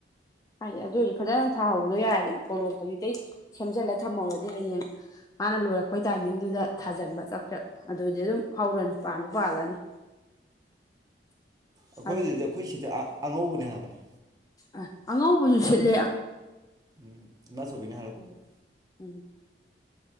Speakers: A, on the left; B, on the right.
A: ꯍꯥꯏꯗꯤ ꯑꯗꯨ ꯑꯣꯏꯔꯗꯤ ꯐꯖꯅ ꯊꯥꯍꯧꯗꯣ ꯌꯥꯏꯗꯅ ꯀꯣꯂꯣꯝ ꯍꯧꯖꯤꯛꯇꯩ ꯁꯦꯝꯖꯤꯜꯂ ꯊꯝꯍꯧꯔꯗꯤ ꯍꯌꯦꯡ ꯃꯥꯅ ꯂꯣꯏꯔꯛꯄꯩ ꯇꯥꯏꯃꯤꯡꯗꯨꯗ ꯊꯥꯖꯤꯟꯕ ꯆꯛ ꯆꯛ ꯑꯗꯨꯗꯤ ꯑꯗꯨꯝ ꯍꯧꯔꯅꯤ ꯄꯥꯜꯁꯨ ꯄꯥꯜꯂꯅꯤ
B: ꯑꯩꯈꯣꯏꯗꯗꯤ
A: ꯑꯗꯨ
B: ꯑꯩꯈꯣꯏ ꯁꯤꯗꯤ ꯑꯉꯧꯕꯅꯦ ꯍꯥꯏꯕꯅꯤ
A: ꯑꯥ ꯑꯉꯧꯕꯁꯨ ꯁꯤꯠꯂꯦ
B: ꯎꯝ ꯏꯃꯥ ꯆꯧꯕꯤꯅ ꯍꯥꯏꯔꯛꯄꯅꯤ ꯫
A: ꯎꯝ